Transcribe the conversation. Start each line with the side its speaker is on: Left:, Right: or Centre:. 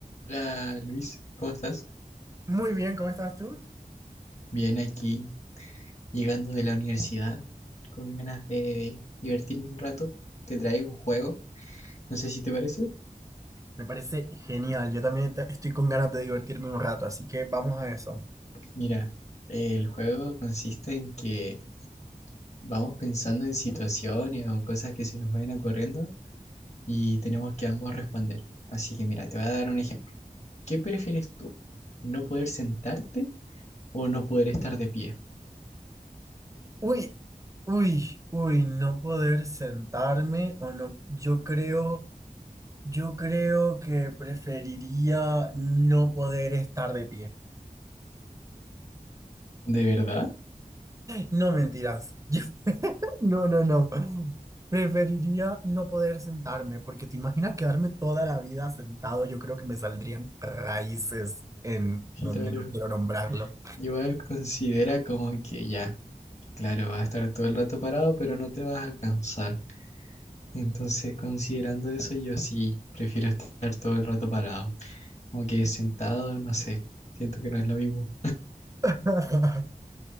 Left: Hola Luis, ¿cómo estás?
Right: Muy bien, ¿cómo estás tú?
Left: Bien aquí, llegando de la universidad, con ganas de divertirme un rato. Te traigo un juego, no sé si te parece.
Right: Me parece genial. Yo también te- estoy con ganas de divertirme un rato, así que vamos a eso.
Left: Mira, el juego consiste en que vamos pensando en situaciones o cosas que se nos vayan ocurriendo y tenemos que ambos responder. Así que mira, te voy a dar un ejemplo. ¿Qué prefieres tú? ¿No poder sentarte o no poder estar de pie?
Right: Uy, uy, uy, no poder sentarme o no. Yo creo, yo creo que preferiría no poder estar de pie.
Left: ¿De verdad?
Right: No mentiras. <laughs> Yo- no, no, no. Preferiría no poder sentarme, porque te imaginas quedarme toda la vida sentado. Yo creo que me saldrían raíces en
Left: Claro.
Right: donde no quiero nombrarlo.
Left: Igual considera como que ya. Claro, vas a estar todo el rato parado, pero no te vas a cansar. Entonces, considerando eso, yo sí prefiero estar todo el rato parado. Como que sentado, no sé, siento que no es lo mismo.
Right: <laughs>